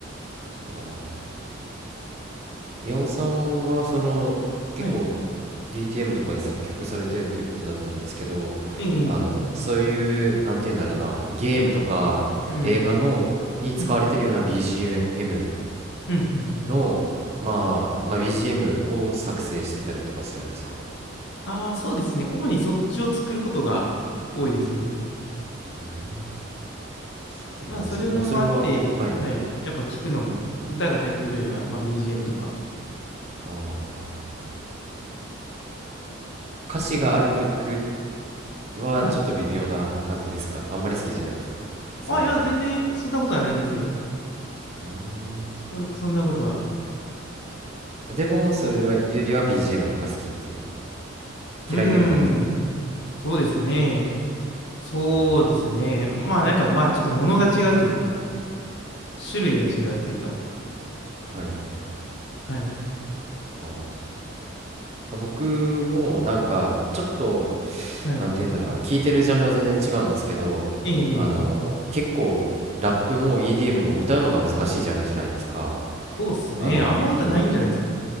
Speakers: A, on the right; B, on the left.
A: あー岩尾さんはその結構
B: はい。
A: DTM とかで作曲されてるっていうことだったんですけど
B: ええ、
A: あのそういうなんて言うんだろうなゲームとか映画のに使われてるような
B: うん、うん、うん、
A: BGM
B: うん、うん。
A: のまあ、まあ、BGM を作成してたりとかするんですかね
B: ああー、そうですね。主にそっちを作ることが多いですね。
A: うんそうなんですねもうそれははい
B: まあそれもあって、はい。やっぱ聞くのも、歌が入っているよりは、まあ BGM とか。
A: あー歌詞がある曲はちょっと微妙な感じですかあんまり好きじゃないですかその
B: はい。あ、いや、全然そんなことはないですよ。
A: うーん
B: そ、そんなことは。
A: でもそれはよりは BGM の方が好きっていう
B: うーん。
A: 嫌いではないけど
B: そうですね。そうですね。
A: うん
B: まあなんかまあちょっと物が違うというか、種類が違うというか。
A: はいはい
B: はい。
A: あー僕もなんかちょっと
B: はい。
A: なんて言うんだろうな聞いてるジャンルは全然違うんですけどあのー結構ラップも
B: ええ
A: EDM も歌うのが難しいジャンルじゃないですか
B: そうっすね。
A: あので
B: あんま歌ないんじゃないですか。